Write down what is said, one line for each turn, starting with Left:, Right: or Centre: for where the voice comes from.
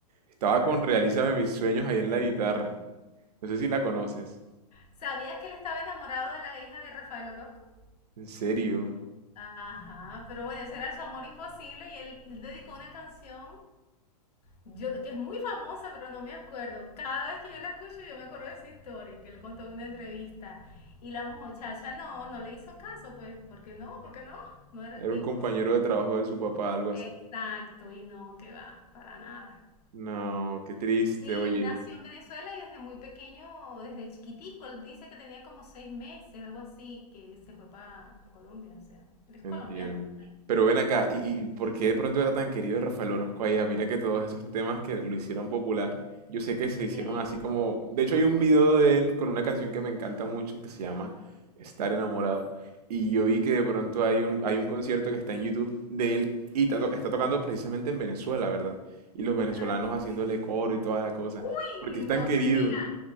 Right: Estaba
Left: Ah,
Right: con Realízame mis sueños ahí en la guitarra. No sé si la conoces.
Left: ¿Sabías que él estaba enamorado de la hija de Rafael Orozco?
Right: ¿En serio?
Left: Ajá, pero bueno, ese era su amor imposible y él, él dedicó una canción Yo, que es muy famosa, pero no me acuerdo. Cada vez que yo la escucho, yo me acuerdo de esa historia, que le contó en una entrevista. Y la muchacha no, no le hizo caso, pues, ¿por qué no? ¿Por qué no? No era
Right: Era
Left: el tipo,
Right: un compañero
Left: o sea.
Right: de trabajo de su papá, algo así.
Left: Exacto, y no, que va, para nada.
Right: No, qué triste,
Left: Sí,
Right: oye.
Left: él nació en Venezuela y desde muy pequeño, desde chiquitico, él dice que tenía como seis meses, algo así, que se fue para Colombia, o sea, él es
Right: Entiendo.
Left: colombiano. pues.
Right: Pero ven acá,
Left: Mm.
Right: ¿y, y por qué de pronto era tan querido Rafael Orozco allá? Mira que todos esos temas que lo hicieron popular, yo sé que se hicieron
Left: Eh,
Right: así como... De hecho hay un video de él con una canción que me encanta mucho que se llama Estar enamorado. Y yo vi que de pronto hay un, hay un concierto que está en YouTube de él y está, to- está tocando precisamente en Venezuela, ¿verdad? Y los venezolanos
Left: <laughs>
Right: haciéndole coro y toda la cosa.
Left: Uy,
Right: Porque es
Left: nos,
Right: tan querido.
Left: mira,